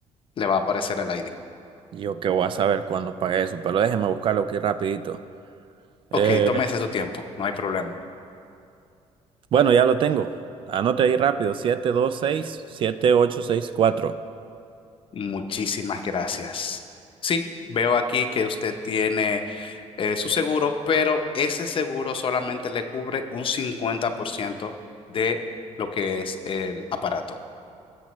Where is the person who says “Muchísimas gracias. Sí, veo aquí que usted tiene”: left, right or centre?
Left